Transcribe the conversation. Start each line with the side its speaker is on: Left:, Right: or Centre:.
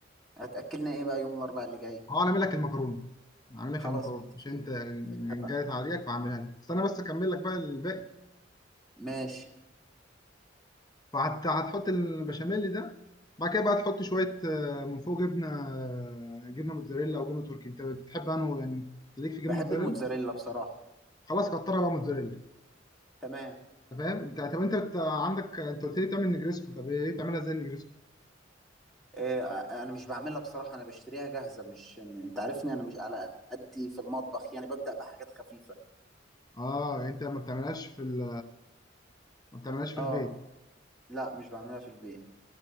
Centre: هتاكلنا ايه بقى يوم الاربع اللي جاي
Left: هو انا اعمل لك المكرونه اعمل لك
Centre: خلاص
Left: المكرونه
Centre: متفقين
Left: مش انت
Centre: اتفقنا
Left: جاي تعريك بعملها لك استنى بس اكمل لك بقى الباقي
Centre: ماشي
Left: فهتحط البشاميل ده بعد كده بقى تحط شوية آه، من فوق جبنة آه، جبنة موتزاريلا أو جبنة تركي أنت بتحب أنه يعني ليك في جبنة
Centre: بحب
Left: موتزاريلا
Centre: الموتزاريلا بصراحه
Left: خلاص كترها بقى موتزاريلا
Centre: تمام
Left: أنت فاهم أنت طب أنت بت... عندك أنت قلت لي تعمل نجريسكو طب إيه بتعملها إزاي النجريسكو؟
Centre: إيه انا مش بعملها بصراحه انا بشتريها جاهزه مش م- انت عارفني انا مش على قدي في المطبخ يعني ببدا بحاجات خفيفه
Left: أه يعني أنت ما بتعملهاش في ال... ما بتعملهاش في
Centre: اه
Left: البيت
Centre: لا مش بعملها في البيت